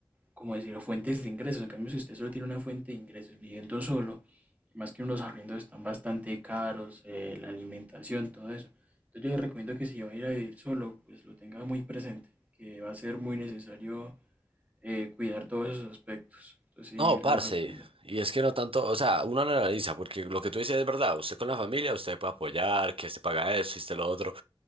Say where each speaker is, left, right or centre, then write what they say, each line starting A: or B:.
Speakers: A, on the right; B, on the right.
A: como decirlo, fuentes de ingresos. En cambio, si usted solo tiene una fuente de ingresos viviendo solo, más que unos arriendos están bastante caros, eh, la alimentación, todo eso. Entonces yo le recomiendo que si va a ir a vivir solo, pues lo tenga muy presente, que va a ser muy necesario eh, cuidar todos esos aspectos. Entonces sí,
B: No, parce,
A: les recomiendo.
B: y es que no tanto, o sea, uno lo analiza, porque lo que tú dices es verdad, usted con la familia, usted puede apoyar, que se paga eso, y usted lo otro.